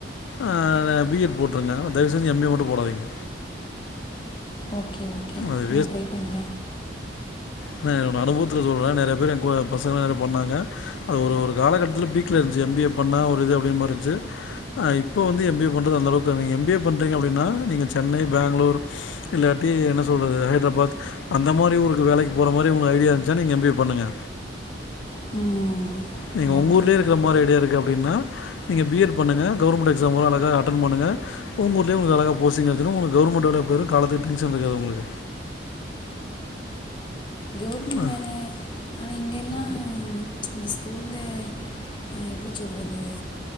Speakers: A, on the left (about 90°); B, on the left (about 25°).
A: ஆ பிஎட் போட்டுருங்க தயவுசெஞ்சு எம்பிஏ மட்டும் போடாதீங்க
B: ஓகே ஓகே
A: அது
B: இப்டியே பண்ற
A: நான் என்னோட அனுபவத்துல சொல்றே நெறைய பேர் என் பசங்க நெறைய பண்ணாங்க அது ஒரு ஒரு காலகட்டத்துல வீட்லேஇருந்துச்சு எம்பிஏ பண்ணா ஒரு இது அப்படினு மாதிரி இருந்துச்சு ஆ இப்போ வந்து எம்பிஏ பண்ணுறது அந்தளவுக்கு நீங்கள எம்பிஏ பண்றீங்க அப்படின்னா நீங்க சென்னை பேங்களூரு இல்லாட்டி என்ன சொல்றது ஹைதராபாத் அந்த மாரி ஒருவேலைக் ஒரு மாரி உங்க ஐடியா இருந்துச்சா நீங்க எம்பிஏ பண்ணுங்க
B: ம்
A: நீங்க உங்க
B: ஓகே
A: ஊர்ல
B: ஓகே
A: இருக்கிற மாதிரி ஐடியா இருக்கு அப்டின்னா நீங்கள் பிஎட் பண்ணுங்கள் கவர்மெண்ட்க்ஸாம் வரும் அழகாக அட்டன் பண்ணுங்க உங்க ஊர்லயே உனுகு அழகாய் போஸ்டிங் கிடைச்சுடும் உனக்கு கவர்மெண்ட் வேலைய பாரு காலத்து டென்ஷன் இருக்காது
B: கவுவர்மெண்ட்
A: ஆ
B: வேல ஆனா இங்ககெல்லா இந்த ஸ்கூல்ல ஆ எப்டி சொல்றது